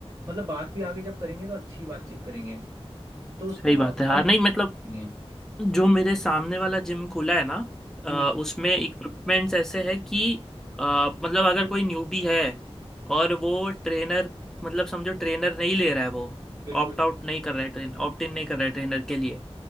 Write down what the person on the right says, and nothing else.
मतलब बात भी आगे जब करेंगे तो अच्छी बातचीत करेंगे तो उस
पर
कॉम्प्रोमाइज
करेंगे
हम्म
बिल्कुल